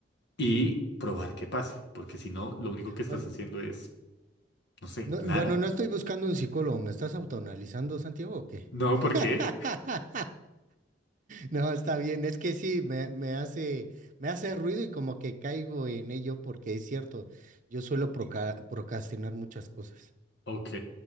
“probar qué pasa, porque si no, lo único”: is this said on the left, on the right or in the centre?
Left